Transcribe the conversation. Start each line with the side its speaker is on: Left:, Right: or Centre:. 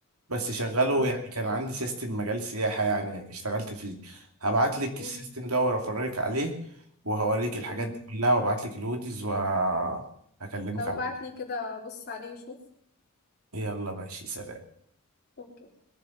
Right: بس شغاله
Left: امم
Right: يعني كان عندي سيستم مجال سياحة يعني اشتغلت فيه هبعت لك
Left: امم
Right: السيستم ده وافرجك عليه وهوريك الحاجات
Left: امم
Right: دي كلها وابعت لك الهوديز وهكلمك
Left: طب
Right: على
Left: ابعت لي كده بص عليه نشوف
Right: يلا ماشي سلام
Left: اوكي